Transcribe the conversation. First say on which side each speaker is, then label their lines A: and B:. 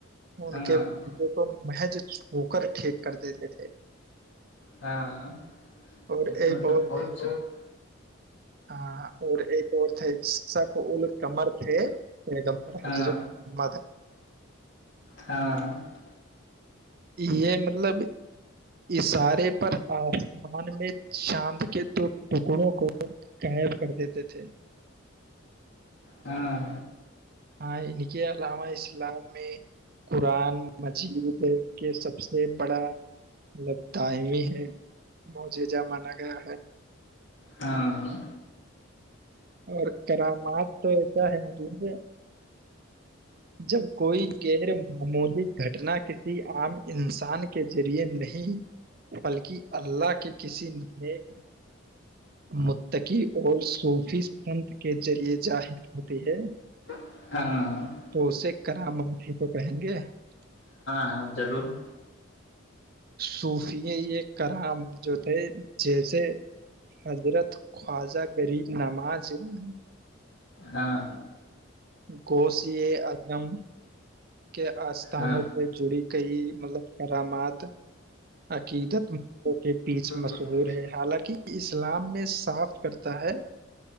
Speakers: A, on the right; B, on the left.
A: ان
B: ہاں ہاں
A: کے بے کو محض چھو کر ٹھیک کر دیتے تھے <unintelligible>
B: ہاں ہ
A: اور
B: لیکن
A: ایک
B: مطلب
A: اور
B: بہت
A: تھے
B: اچج <unintelligible>
A: ہاں اور ایک اور تھے سف ا قمر تھےمر
B: ہاں
A: حضرت محمد <unintelligible>
B: ہاں ہاں <unintelligible>
A: یہ <unintelligible> مطلب اشارے پر آسمان میں چاند کے دو ٹکڑوں کو قائب کر دیتے تھے <unintelligible>
B: ہاں <unintelligible>
A: ہاں ان کے علامہ اسلام میں قرآن مجید <unintelligible> کے سب سے بڑا <unintelligible> مطلب ٹائم ہی ہے موجے جا مانا گیا ہے <unintelligible>
B: ہاں
A: اور کرامات تو ایسا ہے م جب کوئی غیر معمولی گھٹنا کسی عام انسان کے ذریعے نہیں بلکہ اللہ کے کسی نیک متقی اور صوفی <unintelligible> سنت کے ذریعے ظاہر ہوتے ہے <unintelligible>
B: ہاں <unintelligible>
A: تو اسے کراما ہی تو کہیں گے <unintelligible>
B: ہاں ضرور <unintelligible>
A: صوفی یہ کرام جو تھے جیسے حضرت خواجہ غریب نماز <unintelligible> جی <unintelligible>
B: ہاں
A: گوش یہ ادم <unintelligible> کے آستھانوں
B: ہاں
A: سے جڑی کئی مطلب کرامات <unintelligible> عقیدت م کے بیچ
B: ہ
A: مشہور ہے حالانکہ اسلام میں صاف کرتا ہے